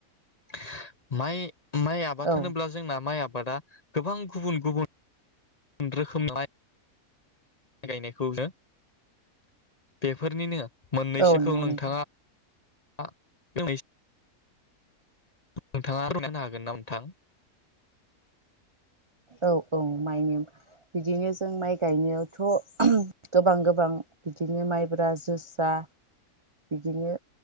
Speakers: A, on the left; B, on the right.
A: <unintelligible> माइ माइ आबाद
B: औ
A: होनोब्ला जोंना माइ आबादा गोबां गुबुन गुबुन रोखोमलाय गायनायखौनो बेफोरनिनो मोननैसोखौ
B: औ नंगौ
A: नोंथाङा
B: नोंथां
A: आ <unintelligible> नोंथाङा <inaudible> हागोन ना नोंथां?
B: औ औ माइनिम बिदिनो जों माइ गायनायावथ' गोबां गोबां बिदिनो माइब्रा जोसा बिदिनो